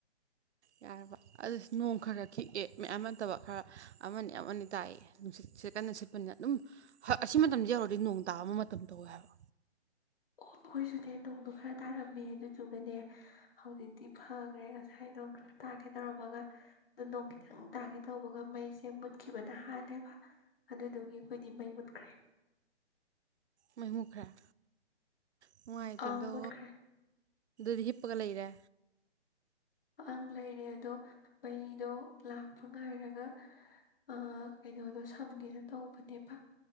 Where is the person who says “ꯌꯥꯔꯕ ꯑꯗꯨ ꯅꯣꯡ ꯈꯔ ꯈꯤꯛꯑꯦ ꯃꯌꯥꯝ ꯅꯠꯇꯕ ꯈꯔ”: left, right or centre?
Right